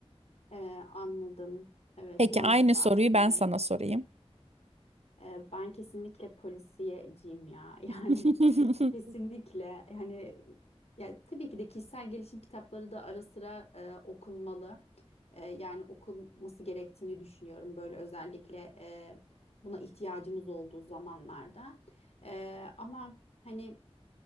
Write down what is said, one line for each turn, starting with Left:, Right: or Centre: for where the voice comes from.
Left: Ee, anladım. Evet,
Right: Peki
Left: mantıklı
Right: aynı soruyu
Left: aslında.
Right: ben sana sorayım.
Left: Ee, Ben kesinlikle polisiyeciyim ya. <laughs> Yani
Right: <laughs>
Left: kesinlikle hani ya tabii ki de kişisel gelişim kitapları da ara sıra e, okunmalı. E, yani okunması gerektiğini düşünüyorum. Böyle özellikle e, buna ihtiyacımız olduğu zamanlarda. E, ama hani